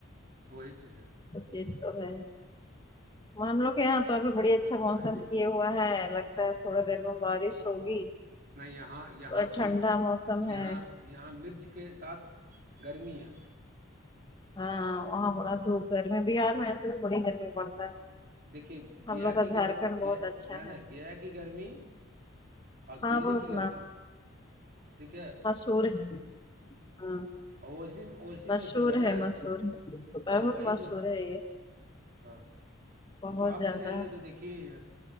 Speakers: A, on the right (about 45°); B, on the left (about 20°).
A: وہی چیز ہے
B: پچیس تو ہے مان لو کے یہاں تو ابھی بڑی اچھا
A: اور بتائیے
B: موسم کی ہے ہوا ہے لگتا ہے تھوڑا دیر میں بارش ہوگی
A: نہ یہاں
B: تھوڑا
A: یہاں
B: ٹھنڈا
A: دھوپ
B: موسم ہے
A: یہاں یہاں مرچ کے ساتھ گرمی ہے
B: ہاں وہاں بڑا دھوپ گرمی ہے بہار میں ایسے بھی بڑی گرمی پڑتا ہے
A: دیکھیے گیا
B: ہم لوگ کا
A: کی
B: جھارکھنڈ
A: گرمی
B: بہت
A: گیا
B: اچھا
A: نہ
B: ہے
A: نہ گیا کی گرمی اور
B: ہاں
A: دلی
B: بہت
A: کی گرمی ٹھیک ہے
B: چوور ہے ہاں
A: اوسیی او سسی
B: مشہور
A: مشور ہے نا
B: مشہور ہے
A: ہاں
B: بہت
A: وہی
B: مشہور
A: م
B: ہے یہ
A: ہاں
B: بہت
A: وہ تو آپ
B: زیادہ
A: بھی رہیں گے تو دیکھے ہی ہیں